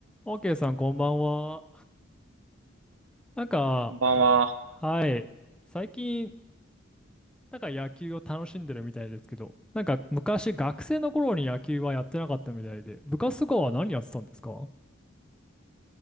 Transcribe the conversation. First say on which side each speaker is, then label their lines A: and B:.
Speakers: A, in the centre; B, on the right (about 85°).
A: OK さん、こんばんは。なんか、
B: こんばんは。
A: はい。最近、なんか野球を楽しんでるみたいですけど、なんか昔、学生の頃に野球はやってなかったみたいで、部活とかは何やってたんですか